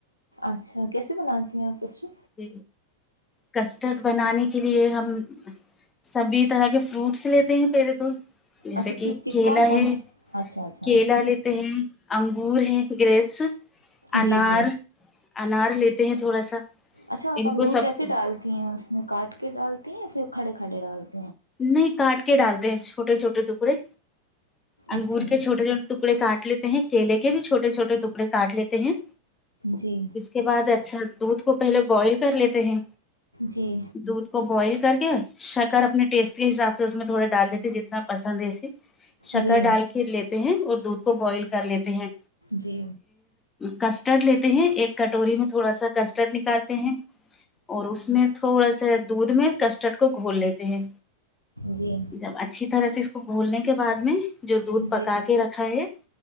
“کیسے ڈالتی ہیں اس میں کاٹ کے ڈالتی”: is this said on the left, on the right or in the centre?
Left